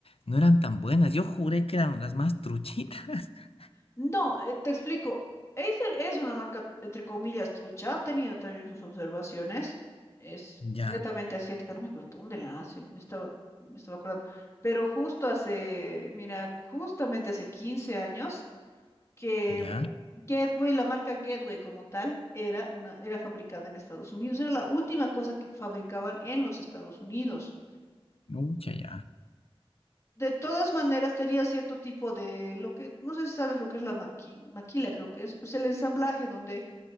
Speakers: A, on the left (about 75°); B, on the left (about 30°).
A: no eran tan buenas, yo juré que eran las más truchitas. <laughs>
B: No, eh, te explico. Acer es una marca, entre comillas, trucha. Han tenido también sus observaciones. Es
A: Ya,
B: netamente asiática. No me acuerdo dónde la hacen. Me estaba, me estaba acordando. Pero justo hace, mira, justamente hace 15 años que
A: ya,
B: Gateway, la marca Gateway como tal, era una, era fabricada en Estados Unidos. Era la última cosa que fabricaban en los Estados Unidos.
A: mucha ya.
B: De todas maneras, tenía cierto tipo de lo que, no sé si sabes lo que es la maqui- maquila, creo que es, es el ensamblaje, donde